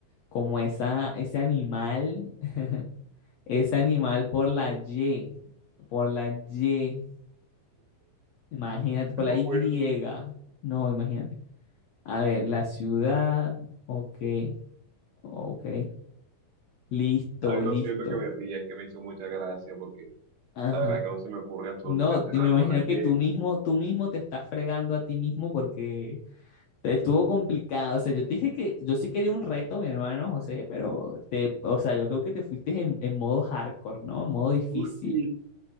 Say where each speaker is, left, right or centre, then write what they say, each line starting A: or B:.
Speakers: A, on the left; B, on the right.
A: como esa, ese animal, <laughs> ese animal por la Y, por la Y, imagínate, por
B: No
A: la Y.
B: puedo.
A: No, imagínate. A ver, la ciudad. Ok, ok. Listo,
B: Ay,
A: listo.
B: lo siento que me ría, es que me hizo mucha gracia porque
A: Ajá.
B: la verdad que no se me ocurre absolutamente
A: No, me
B: nada
A: imagino
B: con la Y.
A: que tú mismo, tú mismo te estás fregando a ti mismo porque te estuvo complicado. O sea, yo te dije que yo sí quería un reto, mi hermano José, pero te, o sea, yo creo que te fuiste en, en modo hardcore, ¿no? En modo difícil
B: Uy,